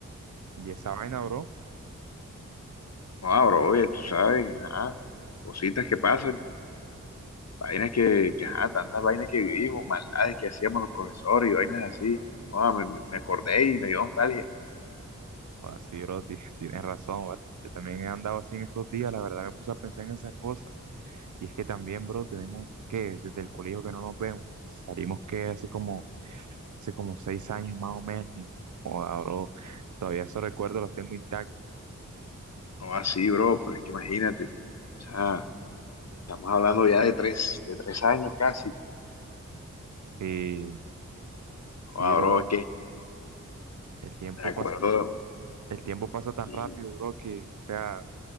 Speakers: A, on the right; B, on the left.
A: Y esa vaina, bro,
B: No, bro, oye, tú sabes, ajá, cositas que pasan, vainas que, que, ajá, tantas vainas que vivimos, maldades que hacíamos los profesores y vainas así. Joda, me, me me acordé y me dio nostalgia.
A: así, sí, bro, ti- <laughs> tienes razón, ¿vale? Yo también he andado así en estos días, la verdad me puse a pensar en esas cosas. Y es que también, bro, tenemos que, desde el colegio que no nos vemos, salimos que hace como, hace como seis años más o menos, y joda, bro, todavía esos recuerdos los tengo intactos.
B: No, así, bro, pero es que imagínate, o sea. Estamos hablando ya de tres, de tres años casi.
A: Sí, sí,
B: O ahora
A: bro,
B: que
A: el tiempo
B: me acuerdo.
A: pasa, el tiempo pasa tan
B: y-
A: rápido, bro, que, o sea...